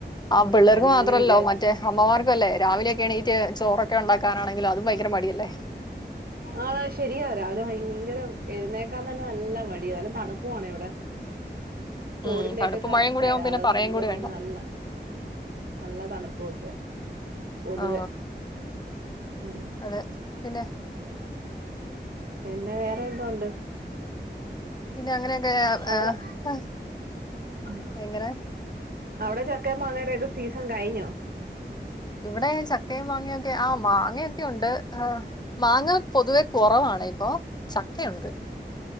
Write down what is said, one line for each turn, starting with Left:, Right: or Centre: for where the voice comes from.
Left: ആഹ് പിള്ളേർക്ക്
Right: ഞാനും
Left: മാത്രല്ലോ
Right: അങ്ങനെ വിചാരി
Left: മ റ്റെ അമ്മമാർകൊല്ലേ രാവിലെയൊക്കെ എണീറ്റ്ചോറൊക്കെ ഉണ്ടാക്കാനാണെങ്കിലും അതും ഭയങ്കരെ മടിയല്ലേ
Right: ആഹ് ശരിയാ രാവില ഭയങ്കര എഴുന്നേക്കാൻ തന്നെ നല്ല മടിയാ നല്ല തണുപ്പു ആണെ ഇവിടെ തോടിന്റെയൊക്കെ
Left: ഉം തണുപ്പും
Right: ക
Left: മഴയും കൂടി
Right: സൈ
Left: ആവുമ്പോ പിന്നെ പറയും
Right: സമീപത്തായോണ്ട്
Left: കൂടി വേണ്ട
Right: നല്ല നല്ല തണുപ്പു ഒക്കെ പൊതുവെ
Left: ആ
Right: ഉം
Left: അതെ പിന്നെ
Right: പിന്നെ വേറെ എന്തോ ഉണ്ട്
Left: പിന്നെ അങ്ങനെയൊക്കെ
Right: അവിടെ
Left: ആ, ആ,
Right: ആഹ്
Left: എങ്ങനെ
Right: അവിടെ ചക്കേം മാങ്ങേടെക്കെ സീസൺ കഴിഞ്ഞോ
Left: ഇവിടെ ചക്കേം മാങ്ങെയൊക്കെ ആഹ് മാങ്ങയൊക്കെ ഉണ്ട് മാങ്ങ പൊതുവെ കുറവാണെ ഇപ്പൊ ചക്കയുണ്ട്